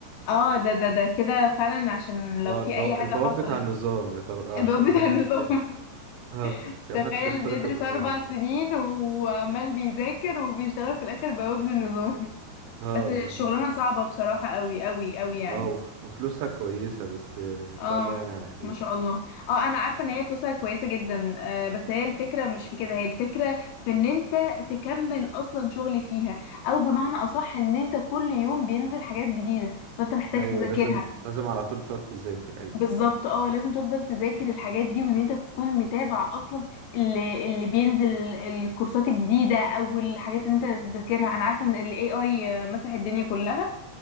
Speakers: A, on the left; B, on the right.
A: اه ده ده ده كده فعلا عشان لو
B: اه
A: في
B: البو...
A: اي حاجه
B: البواب
A: حصلت
B: بتاع النظام يعتبر
A: الباب
B: اه عشان محدش
A: بتاع النظام <laughs>
B: اه عشان
A: تخيل
B: محدش يخترق
A: بيدرس
B: النظام
A: اربع
B: وكده
A: سنين وعمال بيذاكر وبيشتغل في الاخر بواب للنظام
B: اه
A: بس
B: بالظبط
A: الشغلانه صعبه بصراحه قوي قوي قوي يعني
B: اه وف... وفلوسها كويسة بس آه، ان
A: اه
B: شاء الله يعني على خير
A: ما شاء الله اه انا عارفه ان هي فلوسها كويسه جدا آه بس هي الفكره مش في كده هي الفكره في ان انت تكمل اصلا شغل فيها او بمعنى اصح ان انت كل يوم بينزل حاجات جديده فانت محتاج
B: ايوه
A: تذاكرها
B: لازم لازم على طول تقعد تذاكر ايوه
A: بالظبط اه لازم تفضل تذاكر الحاجات دي وان انت تكون متابع اصلا اللي, اللي بينزل ال- الكورسات الجديدة او الحاجات اللي انت تذاكرها انا عارفة ان ال AI مسح الدنيا كلها